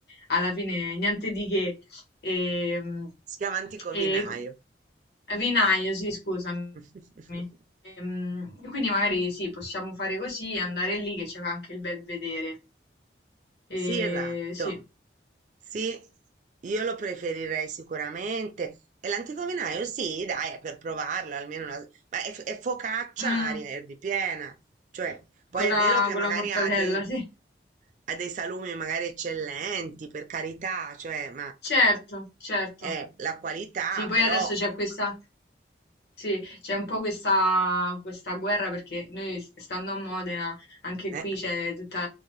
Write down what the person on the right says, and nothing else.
Si chiama antico
vinaio.
<laughs>
Sì,
esatto.
Sì, io lo preferirei sicuramente. E l'antico vinaio, sì, dai, è per provarlo, almeno una... Ma è, è focaccia
aria erbipiena. Cioè, poi
è
vero che
magari
ha dei,
ha dei salumi magari eccellenti, per carità, cioè, ma
è la qualità,
però...
eh.